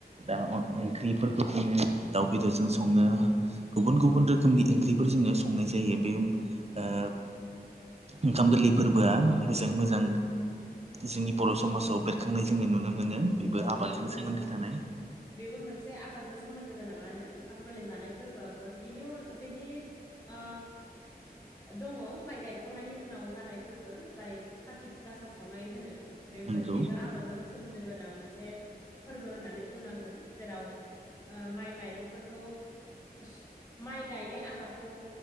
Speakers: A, on the right; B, on the left.
A: दा अन ओंख्रिफोरखौ बुङो दाउ बेदरजों सङो। गुबुन गुबुन रोखोमनि ओंख्रिफोर जोङो संनाय जायो बे ओ ओंखाम गोरलै फोरबोआ मोजाङै मोजां
B: नों
A: जोंनि बर' समाजाव बेरखांनाय जोङो नुनो मोनो बेबो
B: औ
A: आबादजों
B: नंगौ
A: सोमोन्दो
B: नोंथां
A: थानाय
B: बेबो मोनसे आबादजों सोमोन्दो गोनाङानो ओंखाम गोरलै जानाय फोरबोआबो बिनि उन बिनि ओ दङ माइ गायखांनायनि उनाव जानाय फोरबो जाय कार्तिक गासा सावनाय होनो। बेबो
A: नंगौ
B: बेबो आबादजोंनो सोमोन्दो गोनां। मोनसे फोरबो होननानै बुंनांगोन। जेराव ओ माइ माइरंफोरखौ सो माइ गायनाय आबादखौ